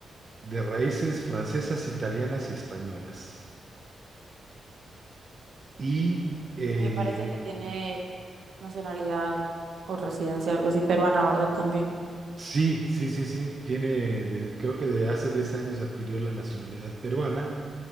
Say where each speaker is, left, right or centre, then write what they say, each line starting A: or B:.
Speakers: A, on the right; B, on the right.
A: de raíces francesas, italianas y españolas. Y eh,
B: Me parece que tiene nacionalidad o residencia, algo así, peruana, ¿verdad? También.
A: Sí, sí, sí, sí. Tiene, de- creo que de hace 10 años adquirió la nacionalidad peruana